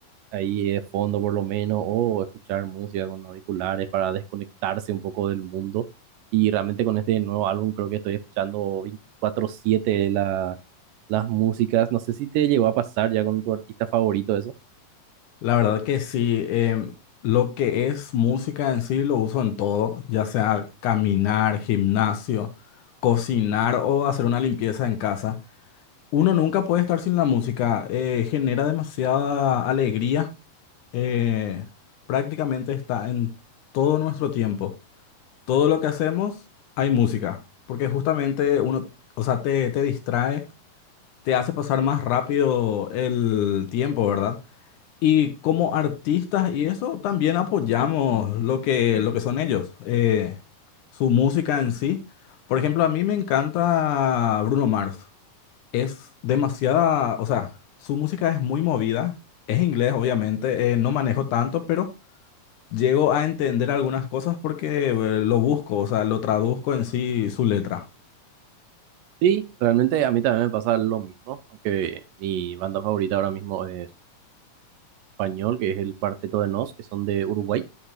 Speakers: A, on the right; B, on the left.
A: ahí de fondo por lo menos o escuchar música con auriculares para desconectarse un poco del mundo. Y realmente con este nuevo álbum creo que estoy escuchando veinticuatro siete la, las músicas. No sé si te llegó a pasar ya con tu artista favorito eso.
B: La verdad que sí, em, lo que es música en sí lo uso en todo, ya sea caminar, gimnasio, cocinar o hacer una limpieza en casa. Uno nunca puede estar sin la música, eh, genera demasiada alegría, eh, prácticamente está en todo nuestro tiempo. Todo lo que hacemos hay música, porque justamente uno, o sea, te, te distrae, te hace pasar más rápido el tiempo, ¿verdad? Y como artistas y eso, también apoyamos lo que, lo que son ellos, eh, su música en sí. Por ejemplo, a mí me encanta Bruno Mars. Es demasiada, o sea, su música es muy movida. Es inglés, obviamente, eh, no manejo tanto, pero llego a entender algunas cosas porque eh, lo busco, o sea, lo traduzco en sí su letra.
A: Sí, realmente a mí también me pasa lo mismo, aunque mi banda favorita ahora mismo es español, que es el Cuarteto de Nos, que son de Uruguay.